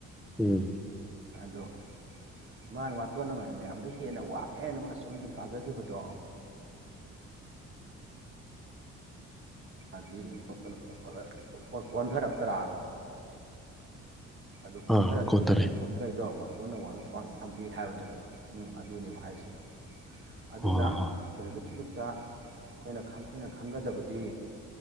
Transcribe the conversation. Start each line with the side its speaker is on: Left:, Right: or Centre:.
Centre: ꯎꯝ
Right: ꯑꯗꯣ ꯃꯥꯅ ꯋꯥꯇꯣꯟꯅꯉꯥꯏ ꯃꯌꯥꯝꯗ ꯍꯦꯟꯅ ꯋꯥꯡꯉꯦꯅ ꯃꯥ ꯆꯨꯝꯅ ꯁꯨꯝ ꯀꯥꯖꯈꯤꯕꯗꯣ ꯍꯥꯏ ꯀꯣꯟꯊꯔꯛꯇ꯭ꯔꯥ ꯑꯗꯨ ꯀꯣꯟꯊꯔꯛꯏꯦ
Centre: ꯑꯥ ꯀꯣꯟꯊꯔꯦ
Right: ꯑꯗꯨ ꯀꯣꯟꯊꯔꯛꯏꯣ ꯋꯥꯇꯣꯟꯅ ꯋꯥꯅ ꯀ꯭ꯥꯛꯅ ꯐꯝꯗꯦ ꯍꯥꯏꯕꯅꯦꯕ ꯑꯗ ꯎꯝ ꯑꯗꯨꯅꯦꯕ ꯍꯥꯏꯁꯦ ꯑꯗꯨꯅ
Centre: ꯑꯣ
Right: ꯇꯣꯏꯝꯕꯤꯈꯤꯕ ꯑꯩꯈꯣꯏꯅ ꯑꯩꯈꯣꯏꯅ ꯈꯪꯒꯗꯕꯗꯤ